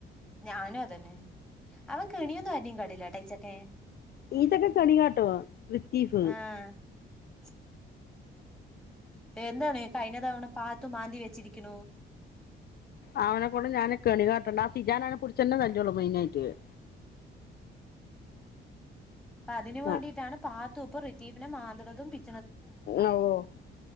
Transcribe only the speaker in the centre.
ഞനു അതെന്നെ അവൻ കിണിയൊന്നു- നിം കടില്ലടൈച്ചെക്കെ
ആഹ് - എന്താണ് കഴിഞ്ഞ തവണ പാത്തു മാന്തിവെച്ചിരിക്കണു-
പ്പ അതിന് വേണ്ടിട്ടാണ്
പാത്തുപ്പം' റിതീഫിനെ മാന്ത് ണതും പി-